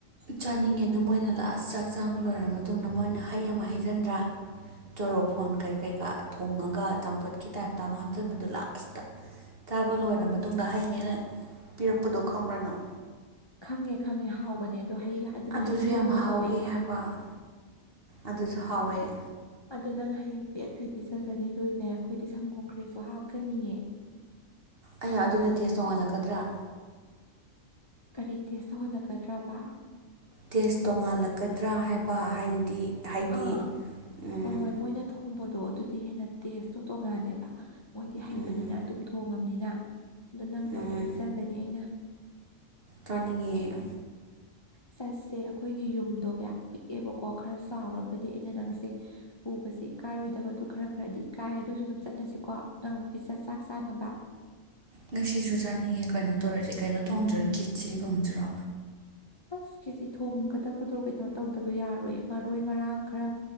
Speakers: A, on the right; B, on the left.
A: ꯆꯥꯅꯤꯡꯉꯦ ꯑꯗꯨ ꯃꯣꯏꯅ ꯂꯥꯁ ꯆꯥꯛ ꯆꯥꯕ ꯂꯣꯏꯔꯕ ꯃꯇꯨꯡꯗ ꯃꯣꯏꯅ ꯍꯩ ꯑꯃ ꯍꯩꯖꯤꯟꯗ꯭ꯔꯥ꯫ ꯆꯣꯔꯣꯐꯣꯟ ꯀꯩ ꯀꯩꯀꯥ ꯊꯣꯡꯉꯒ ꯆꯝꯐꯨꯠꯀꯤ ꯇꯥꯏꯞꯇ ꯑꯃ ꯍꯥꯞꯆꯤꯟꯕꯗꯨ ꯂꯥꯁꯇ꯫ ꯆꯥꯕ ꯂꯣꯏꯔꯕ ꯃꯇꯨꯡꯗ ꯍꯩꯅꯦꯅ ꯄꯤꯔꯛꯄꯗꯣ ꯈꯪꯕ꯭ꯔ ꯅꯪ꯫
B: ꯈꯪꯉꯦ ꯈꯪꯉꯦ ꯍꯥꯎꯕꯅꯦ ꯑꯗꯣ ꯍꯩ ꯑꯗꯨꯅ
A: ꯑꯗꯨꯁꯨ
B: ꯍꯩ ꯊꯣꯡꯕ
A: ꯌꯥꯝ ꯍꯥꯎꯋꯦ
B: ꯀꯧꯋꯦ꯫
A: ꯍꯥꯏꯕ ꯑꯗꯨꯁꯨ ꯍꯥꯎꯋꯦ꯫
B: ꯑꯗꯨ ꯅꯪ ꯍꯌꯦꯡ ꯄꯦꯠꯈꯩ ꯄꯤꯖꯒꯅꯤ ꯑꯗꯨꯅꯦ ꯑꯩꯈꯣꯏꯗꯤ ꯁꯪꯒꯣꯝ ꯈꯔꯦꯁꯨ ꯍꯥꯞꯀꯅꯤꯌꯦ꯫
A: ꯑꯩ
B: ꯂꯣꯏꯔ
A: ꯑꯗꯨꯅ ꯇꯦꯖ ꯇꯣꯡꯍꯜꯂꯛꯀꯗ꯭ꯔꯥ꯫
B: ꯀꯔꯤ ꯇꯦꯁ ꯇꯧꯍꯜꯂꯛꯀꯗ꯭ꯔꯕ꯫
A: ꯇꯦꯁ ꯇꯣꯡꯉꯥꯜꯂꯛꯀꯗ꯭ꯔꯥ ꯍꯥꯏꯕ ꯍꯥꯏꯅꯗꯤ꯫ ꯍꯥꯏꯗꯤ
B: ꯑꯥ
A: ꯎꯝ
B: ꯍꯣꯏ ꯍꯣꯏ ꯃꯣꯏꯅ ꯊꯣꯡꯕꯗꯣ ꯑꯗꯨꯗꯤ ꯍꯦꯟꯅ ꯇꯦꯁꯇꯣ ꯇꯣꯡꯉꯥꯜꯂꯦꯕ ꯃꯣꯏꯗꯤ ꯍꯩꯕꯅꯤꯅ
A: ꯎꯝ
B: ꯑꯗꯨꯝ ꯊꯣꯡ ꯉꯝꯅꯤꯅ ꯑ ꯅꯪ ꯂꯣꯏꯅ
A: ꯎꯝ
B: ꯄꯤꯖꯒꯅꯤ ꯑꯩꯅ꯫
A: ꯆꯥꯅꯤꯡꯉꯦ꯫
B: ꯆꯠꯁꯦ ꯑꯩꯈꯣꯏꯒꯤ ꯌꯨꯝꯗꯣ ꯌꯥꯝ ꯄꯤꯛꯑꯦꯕꯀꯣ ꯈꯔ ꯆꯥꯎꯔꯒꯗꯤ ꯑꯩꯅ ꯅꯪꯁꯦ ꯄꯨꯕꯁꯦ ꯏꯀꯥꯏꯔꯣꯏꯗꯕ ꯑꯗꯨ ꯈꯔ ꯈꯔꯗꯤ ꯏꯀꯥꯏ ꯑꯗꯨꯁꯨ ꯑꯗꯨꯝ ꯆꯠꯂꯁꯤꯀꯣ ꯅꯪ ꯄꯤꯖꯠ ꯆꯥꯛ ꯆꯥꯅꯕ꯫
A: ꯉꯁꯤꯁꯨ ꯆꯥꯅꯤꯡꯉꯦ ꯀꯩꯅꯣ ꯇꯧꯔꯁꯦ ꯀꯩꯅꯣ ꯊꯣꯡꯖꯔ ꯈꯤꯁꯤ ꯊꯣꯡꯖꯤꯔꯣ꯫
B: ꯑꯁ ꯀꯦꯖꯤ ꯊꯣꯡꯒꯗꯕꯗꯣ ꯀꯩꯅꯣ ꯇꯧꯗꯕ ꯌꯥꯔꯣꯏ ꯃꯔꯣꯏ ꯃꯔꯥꯡ ꯈꯔ